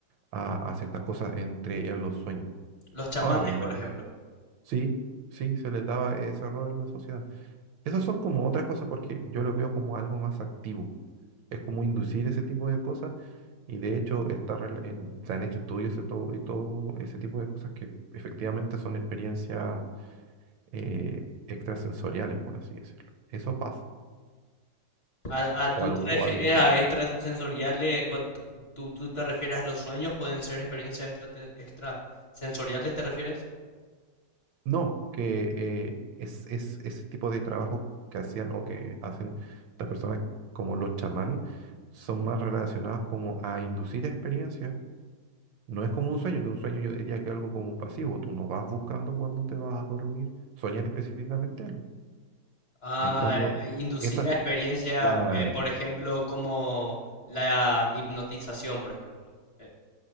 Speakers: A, on the right; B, on the left.
A: a, a ciertas cosas, entre ellas los sueños.
B: Los chamanes,
A: Ahora, obviamente,
B: por ejemplo.
A: sí, sí, se les daba ese rol en la sociedad. Esas son como otras cosas porque yo lo veo como algo más activo. Es como inducir ese tipo de cosas y de hecho está rel- en- se han hecho estudios y todo, y todo ese tipo de cosas que efectivamente son experiencias eh, extrasensoriales, por así decirlo. Eso pasa.
B: ¿A, a tú
A: O, alu-
B: te refieres
A: o alucin-
B: a extrasensoriales? cu- ¿Tú, tú te refieres a los sueños? ¿Pueden ser experiencias extrate- extrasensoriales, te refieres?
A: No, que eh, es, es ese tipo de trabajo que hacían o que hacen estas personas como los chamanes son más relacionados como a inducir experiencias No es como un sueño, que un sueño yo diría que es algo como pasivo. Tú no vas buscando cuando te vas a dormir, soñar específicamente algo.
B: Ah,
A: En cambio,
B: eh, inducida
A: esta,
B: experiencia,
A: la-
B: eh, por ejemplo, como la hipnotización, por ejemplo. Eh,